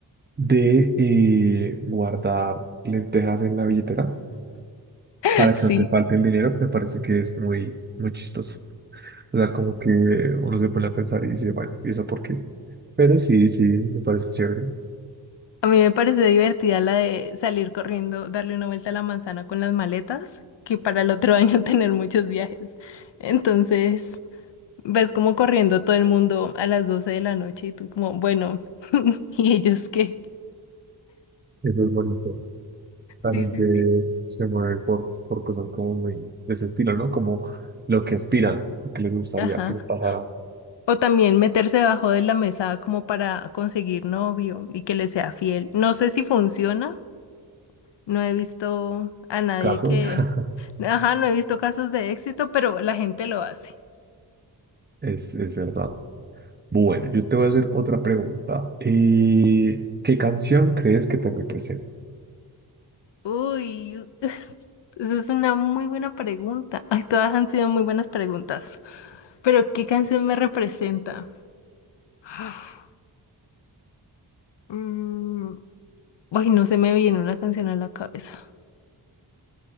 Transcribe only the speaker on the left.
<laughs>
Sí,
a mí me parece divertida la de salir corriendo, darle una vuelta a la manzana con las maletas, que para el otro año <laughs> tener muchos viajes. Entonces... Ves como corriendo todo el mundo a las 12 de la noche y tú como, bueno, <laughs> ¿y ellos qué?
Sí,
sí, sí.
Ajá.
O también meterse debajo de la mesa como para conseguir novio y que le sea fiel. No sé si funciona. No he visto a nadie
que...
Ajá, no he visto casos de éxito, pero la gente lo hace.
Uy, <laughs> esa es una muy buena pregunta. Ay, todas han sido muy buenas preguntas. Pero ¿qué canción me representa? <gasps> <sighs> Mm, Ay, no se me viene una canción a la cabeza.